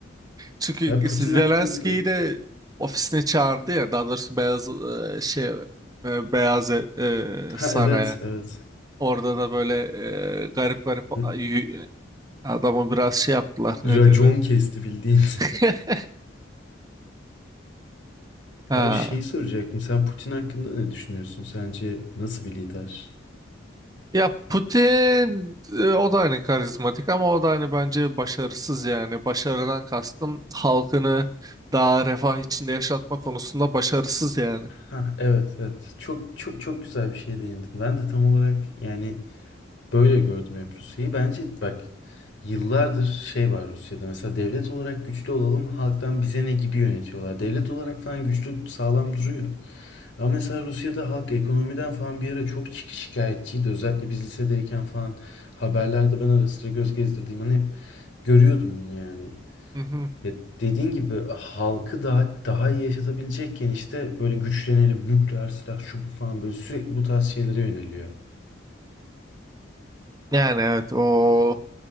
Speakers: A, on the right; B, on the left.
A: Çünkü
B: Abi Putin
A: siz Zelenski'yi
B: hakkında...
A: de ofisine çağırdı ya. Daha doğrusu Beyaz e, şey e, Beyaz e,
B: Ha
A: Saray'a.
B: evet evet.
A: Orada da böyle e, garip garip
B: R-
A: a- y- adamı biraz şey yaptılar.
B: Racon
A: Ne denir?
B: kesti bildiğin.
A: <laughs>
B: <laughs>
A: Ha.
B: Abi şeyi soracaktım. Sen Putin hakkında ne düşünüyorsun? Sence nasıl bir lider?
A: Ya Putin e, o da hani karizmatik ama o da hani bence başarısız yani. Başarıdan kastım halkını daha refah içinde yaşatma konusunda başarısız yani.
B: Ha evet evet. Çok çok çok güzel bir şeye değindin. Ben de tam olarak yani böyle gördüm hep Rusya'yı. Bence bak yıllardır şey var Rusya'da. Mesela devlet olarak güçlü olalım, halktan bize ne gibi yönetiyorlar. Devlet olarak falan güçlü, sağlam duruyor. Ama mesela Rusya'da halk ekonomiden falan bir ara çok şi- şikayetçiydi. Özellikle biz lisedeyken falan haberlerde ben ara sıra göz gezdirdiğim an hep görüyordum bunu yani.
A: Hı hı.
B: Ya dediğin gibi halkı daha daha iyi yaşatabilecekken işte böyle güçlenelim, nükleer silah şu bu falan böyle sürekli bu tarz şeylere yöneliyor.
A: Yani evet o